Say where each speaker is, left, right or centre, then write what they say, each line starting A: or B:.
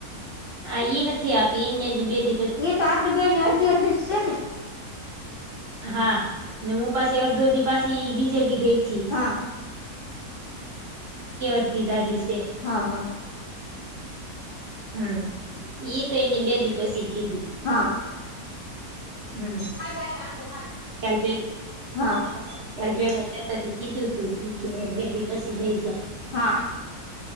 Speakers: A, on the right; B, on the left.
A: આ એ નથી આપી એજી બે દ
B: એ તો આપે બે ની અડધી અડધી છે ને
A: હા અને હું પાસે અડધો દી પછી બીજે દી ગઈથી
B: હા
A: ડતી દાડી છે
B: હા હા
A: હમ એ તો એને બે દી પશી કીદુ
B: હા..
A: હમ..
B: હા જયારે આખો માંથી
A: કેલ બેલ
B: હા.. <inaudible> અમ
A: કેલ ભેગ ચતાથી કીધું, તું તું <inaudible> બેી પછી દઈ જાય.
B: હા..